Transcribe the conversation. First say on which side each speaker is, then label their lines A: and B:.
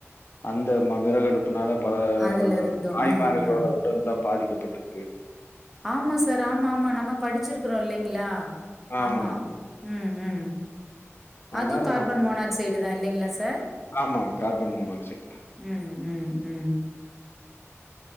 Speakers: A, on the left; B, in the centre.
A: அந்த ம விறகு அடுப் இப்புன்னாத பல
B: அதுல இருந்தும்
A: தாய்மார்களோட
B: ஆ ஆ
A: உடல்லா பாதிக்கப்பட்ருக்கு
B: ஆமா சார் ஆமா ஆமா நம்ம படிச்சுருக்குறோ இல்லைங்களா
A: ஆமாங்
B: ஆமா ம் ம்
A: அதனால
B: அதுவு கார்பன் மோனாக்சைடு தா இல்லைங்ளா சார்
A: ஆமாங்க கார்பன் மோனாக்சைடு் தா
B: ம் ம் ம்